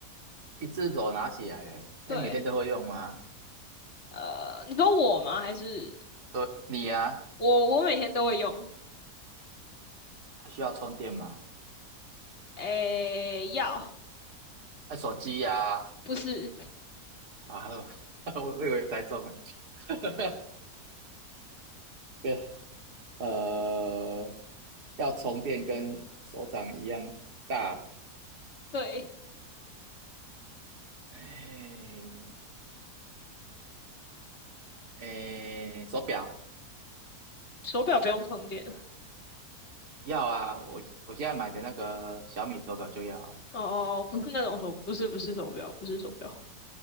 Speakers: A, on the right (about 75°); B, on the left (about 45°).
A: 一只手拿起来的。那你每天都会用吗？
B: 对，呃，你说我吗？还是
A: 都你呀、
B: 我？我每天都会用。
A: 还需要充电吗？
B: 诶，要，
A: 那手机呀、
B: 不是，
A: 啊，好，<laughs> 我我以为猜中了。<laughs> 呃呃，要充电跟手掌一样大。
B: 对，
A: 哎哎，手表
B: 手表不用充电。
A: 要啊，我我现在买的那个小米手表就要啊，
B: 哦，哦哦不是那种手，不是不是手表，不是手表。